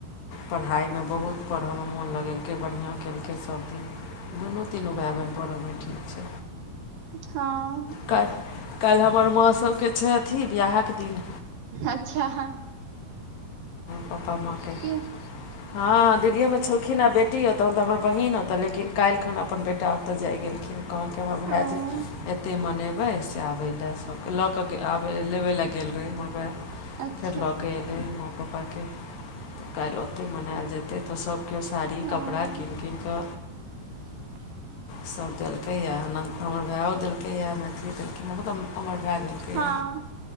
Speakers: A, on the left; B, on the right.
A: पढ़ाइ मे बहुत पढ़य मे मोन लगेल कै बढ़िआ केलकै सभ दिन दुनू तीनू भाय बहिनप अबै ठीक छै
B: ह
A: काल काल्हि हमर माँ सभके छै अथी बिआहके दिन
B: अच्छा ह
A: पापा माँ के
B: की
A: हँ दिल्लिओमे छलखिन ह आ बेटी हौ तऽ तऽ हमर बहिन होतऽ लेकिन काल्हि खन अपन बेटा ओतऽ जाइ गेलखिन कहलकै हमर भायइ
B: ओ
A: जे एतेक मनेबै स से आबे ले ल के आ लेबे ले गेल रहे। घर
B: अच्छा
A: फेर लऽ के एल माँ पापाके काल्हि ओते मनायल जेतै। तऽ सभ केओ साड़ी
B: हँ
A: कपड़ा कीन कीन क
B: <inaudible>
A: सभ देलकै या हमर भायो देलकै या मैथिली देलखिन ह तब हमर भाय देलकिन।
B: हँ